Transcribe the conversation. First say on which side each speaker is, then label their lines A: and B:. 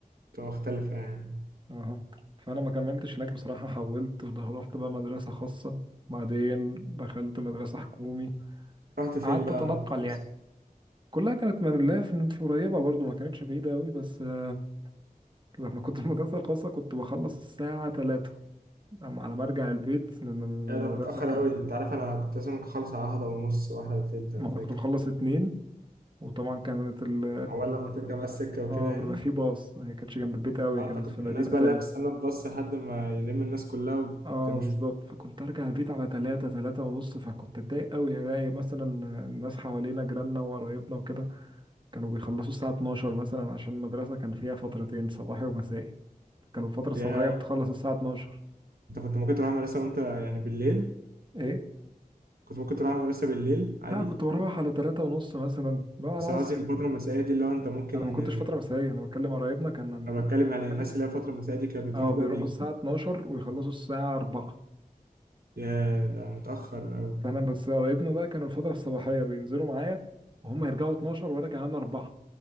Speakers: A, on the right; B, on the right.
A: بتبقى مختلفة يعني
B: اه فانا ما كملتش هناك بصراحه حولت رحت بقى مدرسه خاصه بعدين دخلت مدرسه حكومي
A: رحت فين
B: قعدت
A: بقى
B: اتنقل
A: مع الفصل؟
B: يعني كلها كانت من الله في في قريبه برضو ما كانتش بعيده قوي بس آه، لما كنت في المدرسه الخاصه كنت بخلص الساعه 3 أما على ما ارجع البيت من المدرسه
A: يا ده متأخر
B: كان
A: أوي أنت عارف أنا كنت لازم ممكن أخلص على واحدة ونص واحدة وتلت أنا
B: ما
A: فاكر
B: انا كنت بخلص اتنين وطبعا كانت ال
A: أول لما ترجع بقى السكة وكده
B: اه
A: يعني
B: بيبقى في باص هي كانتش جنب البيت قوي
A: أه
B: كانت
A: أنت كنت
B: في
A: من
B: مدينه
A: الناس
B: تانية
A: بقى اللي هي بتستنى الباص لحد ما يلم الناس كلها
B: اه
A: وتمشي
B: بالظبط فكنت ارجع البيت على تلاتة تلاتة ونص فكنت اتضايق قوي الاقي مثلا الناس حوالينا جيراننا وقرايبنا وكده كانوا بيخلصوا الساعه 12 مثلا عشان المدرسه كان فيها فترتين صباحي ومسائي كانوا الفتره الصباحيه
A: يا
B: بتخلص الساعه 12
A: انت كنت ممكن تروح المدرسة وانت يعني بالليل
B: ايه
A: كنت ممكن تروح المدرسة بالليل عادي
B: لا كنت بروح على تلاتة ونص مثلا بقى على
A: بس
B: العصر
A: انا قصدي الفترة المسائية دي اللي هو انت ممكن
B: انا ما كنتش
A: يعني
B: فتره مسائيه انا بتكلم قرايبنا كان عن
A: انا بتكلم يعني
B: المدرس
A: الناس اللي هي الفترة المسائية دي كانت بتروح
B: اه
A: بقى
B: بيروحوا
A: بالليل
B: الساعة 12 ويخلصوا الساعة 4
A: يا ده متأخر أوي
B: فأنا بس قرايبنا بقى كانوا الفترة الصباحية بينزلوا معايا وهم يرجعوا 12 وارجع أنا 4